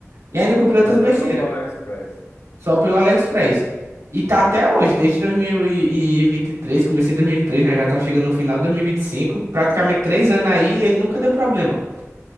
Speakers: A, on the right; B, on the left.
A: E ainda comprei outras
B: Só
A: besteiras,
B: pelo AliExpress.
A: só pelo AliExpress. E tá até hoje, desde 2023, comecei em 2023, já já tá chegando no final de 2025, praticamente três anos aí, e ele nunca deu problema.